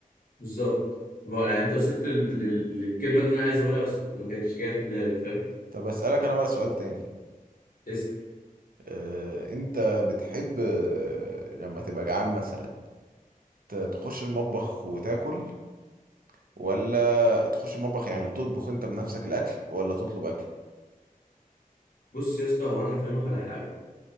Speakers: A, on the left (about 75°); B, on the right (about 80°).
A: بالظبط ما هو يعني انت وصلت لل... لل... للكلمه اللي انا عايز اقولها بس ما كانتش جايه في دماغي فاهم
B: طب اسألك انا بقى سؤال تاني
A: اسال
B: آه، انت بتحب آه، لما تبقى جعان مثلا ت- تخش المطبخ وتاكل ولا تخش المطبخ يعني وتطبخ انت بنفسك الاكل ولا تطلب
A: بص يا اسطى هو انا هفهمك على حاجه